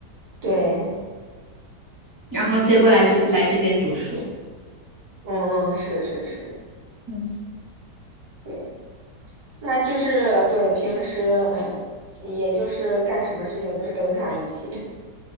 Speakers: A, on the right (about 65°); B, on the right (about 15°).
A: 对，
B: 然后接过来就来这边读书，
A: 嗯嗯，是是是，
B: 嗯，
A: 对，那就是对平时，嗯，也就是干什么事情都是跟他一起。